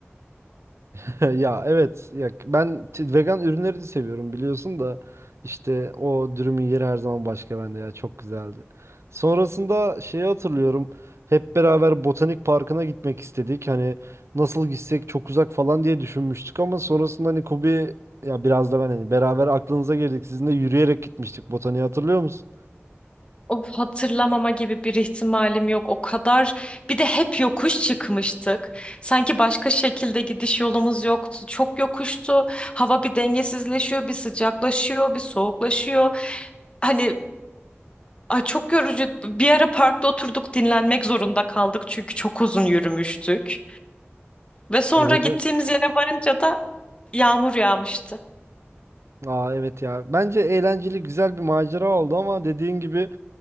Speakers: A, on the right; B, on the left.
A: <laughs> Ya evet ya ben t- vegan ürünleri de seviyorum biliyorsun da işte o dürümün yeri her zaman başka bende ya çok güzeldi. Sonrasında şeyi hatırlıyorum hep beraber botanik parkına gitmek istedik hani nasıl gitsek çok uzak falan diye düşünmüştük ama sonrasında hani Kubi ya biraz da ben hani beraber aklınıza girdik sizinle yürüyerek gitmiştik botaniği hatırlıyor musun?
B: Of, hatırlamama gibi bir ihtimalim yok. O kadar bir de hep yokuş çıkmıştık. Sanki başka şekilde gidiş yolumuz yoktu. Çok yokuştu. Hava bir dengesizleşiyor, bir sıcaklaşıyor, bir soğuklaşıyor. Hani Ay çok yorucu. Bir ara parkta oturduk dinlenmek zorunda kaldık çünkü çok uzun yürümüştük. Ve sonra
A: Evet,
B: gittiğimiz
A: e-
B: yere varınca da yağmur yağmıştı.
A: Aa, evet ya bence eğlenceli güzel bir macera oldu ama dediğin gibi